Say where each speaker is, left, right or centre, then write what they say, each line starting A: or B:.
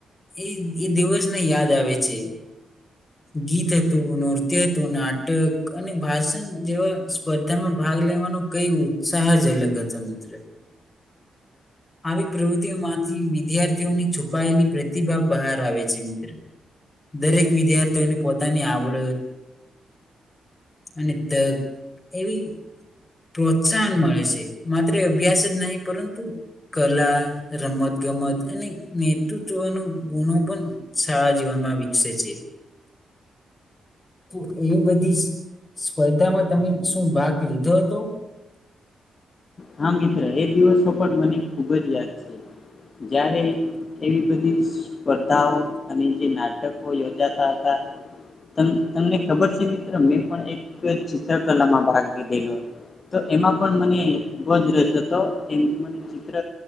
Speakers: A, on the left; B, on the left.
A: એ એ દિવસને યાદ આવે છે. ગીત હતું, નૃત્ય હતું, નાટ ક અને ભાષણ જેવા સ્પર્ધામાં ભાગ લેવાનો કઈ ઉત્સાહ જ અલગ હતો મિત્ર. આવી પ્રવૃત્તિઓમાંથી વિદ્યાર્થીઓની છુપાયેલી પ્રતિભા બહાર આવે છે મિત્ર. દરેક વિદ્યાર્થીઓને પોતાની આવડત અને તક એવી પ્રોત્સાહન મળે છે. માત્ર અભ્યાસ જ નહીં પરંતુ કલા, રમત-ગમત અને નેતૃત્વનો ગુણો પણ શાળા જીવનમાં વિકસે છે. તો એ બધી સ્પર્ધામાં તમે શું ભાગ લીધો હતો?
B: હા મિત્ર એ દિવસો પણ મને ખુબ જ યાદ છે. જયારે એવી બધી સ્પર્ધાઓ અને જે નાટકો યોજાતા હતા. તમ તમને ખબર છે મિત્ર મેં પણ એક ચિત્રકલામાં ભાગ લીધેલો. તો એમાં પણ મને ગજરસ હતો. એમ મને ચિત્ર